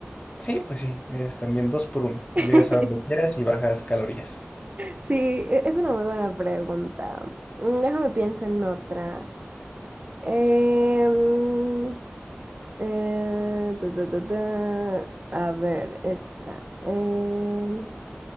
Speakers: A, on the left; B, on the right.
A: Sí, pues sí, es también dos por uno.
B: <laughs>
A: Llegas a donde quieras y bajas calorías.
B: Sí, e- es una muy buena pregunta. Mm, Déjame pienso en otra. Em, eh, ta, ta, ta, ta. A ver, esta. Em,